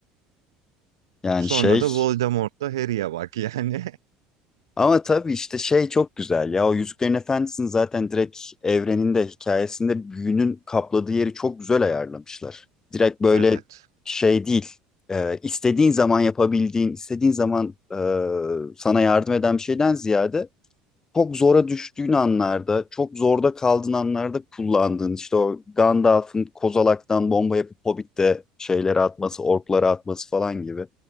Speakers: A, on the left; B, on the right.
A: Yani
B: sonra
A: şey
B: da Voldemort'la Harry'e bak yani.
A: Ama tabii işte şey çok güzel ya. O Yüzüklerin Efendisi'nin zaten direkt evreninde, hikayesinde büyünün kapladığı yeri çok güzel ayarlamışlar. Direkt
B: <laughs>
A: böyle
B: Evet.
A: şey değil. e, istediğin zaman yapabildiğin, istediğin zaman e, sana yardım eden bir şeyden ziyade çok zora düştüğün anlarda, çok zorda kaldığın anlarda kullandığın işte o Gandalf'ın kozalaktan bomba yapıp Hobbit'te şeyleri atması, orklara atması falan gibi.